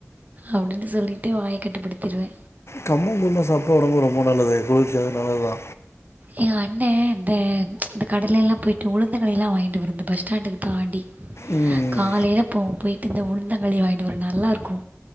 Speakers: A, on the right (about 35°); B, on the left (about 65°).
A: அப்டினு சொல்லிட்டு வாய கட்டுப்படுத்திருவே
B: கம்மங்கூழ்லா சாப்ட்டா உடம்புக்கு ரொம்ப நல்லது ஃப்ரூட்ஸ் எடுக் நல்லதுதா
A: எங்க அண்ணே இந்த அந்த கடலலெல்லா போய்ட்டு உளுந்தங்களில்லா வாங்கிட்டு வரு இந்த பஸ் ஸ்டாண்டுக்கு தாண்டி
B: ம்
A: காலையில போவோ போய் ட்டு இந்த உளுந்தங்களி வாங்கிட்டு வரு நல்லாருக்கு